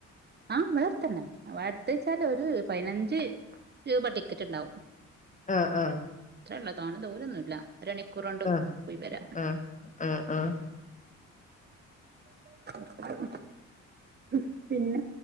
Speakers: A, on the right (about 35°); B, on the left (about 25°).
A: ആഹ് ഇവിടെ അടുത്ത് തന്നെ വടുത്ത വച്ചാല് ഒരു പതിനഞ്ച് രൂപ ടിക്കറ്റ് ഉണ്ടാവും
B: ആഹ് ആഹ്
A: അത്രല്ല തോന്നേ ദൂരൊന്നുല്ല ഒരു മണിക്കൂറ് കൊണ്ട്
B: ആഹ്
A: പോയി വരാം
B: ആഹ് ആഹ്
A: <inaudible> പിന്നെ